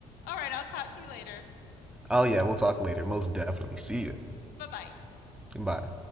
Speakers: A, on the left; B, in the centre.
A: All right, I'll talk to you later.
B: Oh yeah, we'll talk later. Most definitely. See you.
A: Bye bye.
B: Bye.